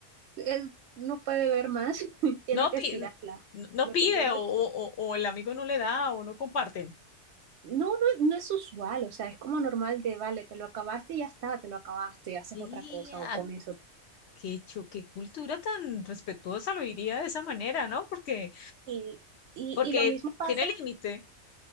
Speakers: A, on the right; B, on the left.
A: él no puede ver más, <laughs> tiene
B: no,
A: que
B: pi-
A: estirarla.
B: no no
A: Lo
B: pide
A: que lleva...
B: o, o- o- o el amigo no le da o no comparten.
A: No, no, es- no es usual, o sea, es como normal de, vale, te lo acabaste y ya está, te lo acabaste, haces
B: Vea,
A: otra cosa o con eso.
B: qué, chu- qué cultura tan respetuosa lo diría de esa manera, ¿no? Porque,
A: Y, y,
B: porque
A: y lo mismo pasa,
B: tiene límite.